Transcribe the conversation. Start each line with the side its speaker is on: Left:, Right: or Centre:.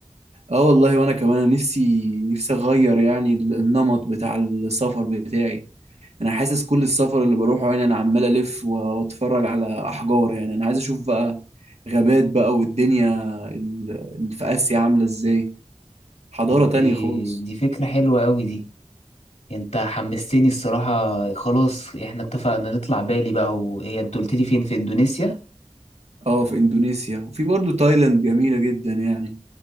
Right: اه والله وانا كمان نفسي نفسي اغير يعني ال- النمط بتاع السفر بتاعي انا حاسس كل السفر اللي بروحه يعني انا عمال الف و- واتفرج على احجار يعني انا عايز اشوف بقى غابات بقى والدنيا ال- اللي في اسيا عامله ازاي حضاره
Left: طب
Right: تانية
Left: دي
Right: خالص
Left: دي فكرة حلوة قوي دي يعني انت حمستني الصراحة خلاص احنا اتفقنا نطلع بالي بقى وهي انت قلت لي فين في اندونيسيا
Right: اه في اندونيسيا وفي برضو تايلاند جميله جدا يعني